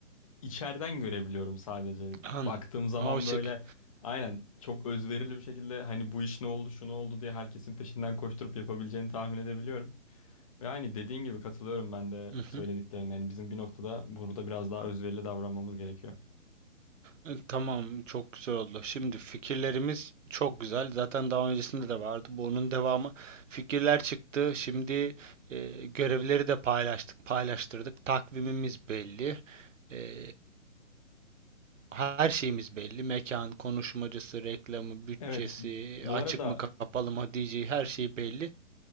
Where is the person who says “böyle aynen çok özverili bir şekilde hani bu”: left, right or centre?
Left